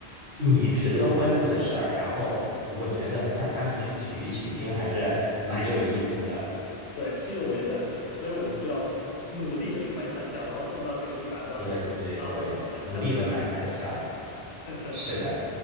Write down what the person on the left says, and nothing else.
对，这个我也赞同，所以我们就要努力的去买彩票，然后中到这个一百万，
<laughs> 把我们想象的现实。
<laughs>